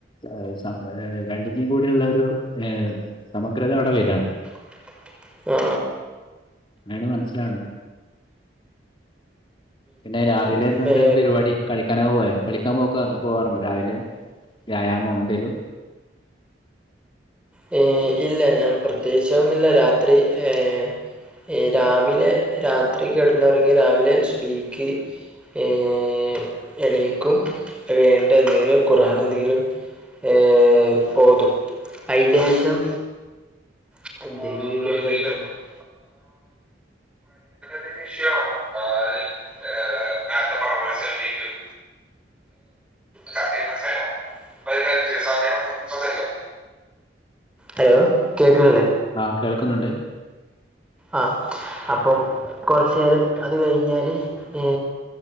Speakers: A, on the left; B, in the centre.
A: ഏഹ് സ ഏഹ് രണ്ടിൻ്റെ കൂടിള്ളരു ഏഹ് സമഗ്രത അവടെ വെരാണ്.
B: <inaudible>
A: മേടം മനസ്സിലാവ്ണ് ണ്ട്. പിന്നെ രാവിലെ ന്നന്തേന്നു
B: ഏ
A: പരിപാടി? കളി <unintelligible> കളിക്കാൻ പോക്കാറു പോകാറുണ്ടോ രാവിലെ വ്യായാമേ എന്തേലും?
B: ഹേയ് ഇല്ല ല്ല പ്രത്യേകിച്ച് ഒന്നില്ലാ രാത്രി ഹേ ഹേയ് രാവിലെ രാത്രി കെട്ന്ന് ഒർങ്ങ്യ രാവിലെ സുബ്ഹിക്ക് ഹേയ് എണീക്കും വേണ്ട എന്തെലും കുർആനും എന്തെങ്കിലും ഹേ ഓതും അയിൻ്റെ ശേഷം? <unintelligible> <inaudible> നേരത്തെ പരാമർശിച്ച കാര്യം മനസ്സിലായോ വൈകാരിക സാധ്യത സംസാരിക്കും ഹലോ കേക്ക്ണില്ലേ?
A: ആഹ് കേൾക്കുന്നു ണ്ട്.
B: ആഹ് അപ്പം കൊർച്ചേരം അത് കഴിഞ്ഞാല് ഹേ